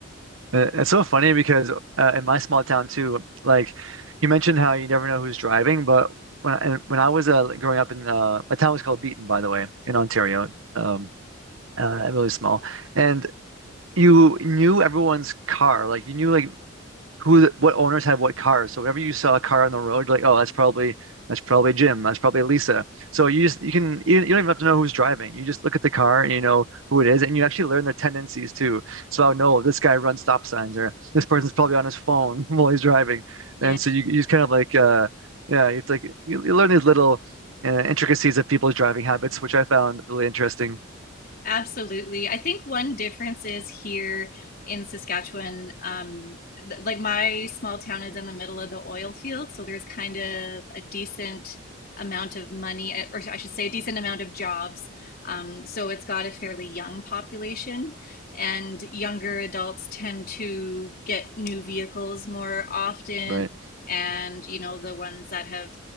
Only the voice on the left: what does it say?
Yeah,
absolutely. I think one difference is here in Saskatchewan, um, th- like my small town is in the middle of the oil field, so there's kind of a decent amount of money, eh, or I should say, a decent amount of jobs. Um, so it's got a fairly young population, and younger adults tend to get new vehicles more often,
and you know, the ones that have